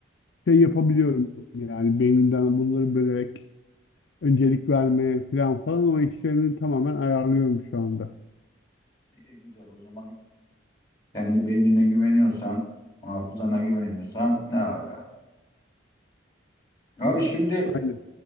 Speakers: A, on the left; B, on the left.
A: Şey yapabiliyorum yani beynimden bunları bölerek öncelik vermeye falan falan o işlerini tamamen ayarlıyorum şu anda.
B: İyi, güzel o zaman kendi beynine güveniyorsan, hafızana güveniyorsan ne ala. Abi şimdi
A: Aynen.